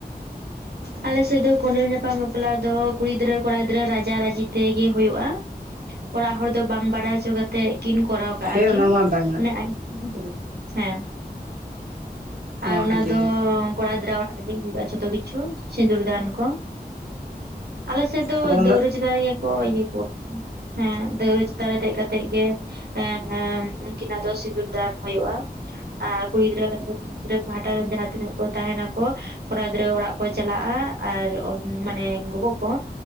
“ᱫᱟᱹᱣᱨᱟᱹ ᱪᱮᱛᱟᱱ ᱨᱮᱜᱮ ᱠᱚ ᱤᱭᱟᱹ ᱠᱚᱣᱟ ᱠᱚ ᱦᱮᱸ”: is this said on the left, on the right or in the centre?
Right